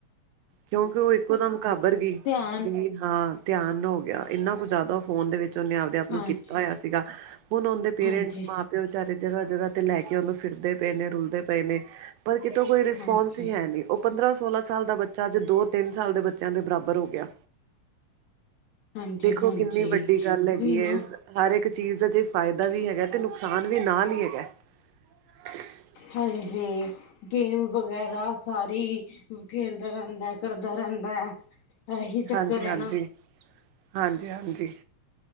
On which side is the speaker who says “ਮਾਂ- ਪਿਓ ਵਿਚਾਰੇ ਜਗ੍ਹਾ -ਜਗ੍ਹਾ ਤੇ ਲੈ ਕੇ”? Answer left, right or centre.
Right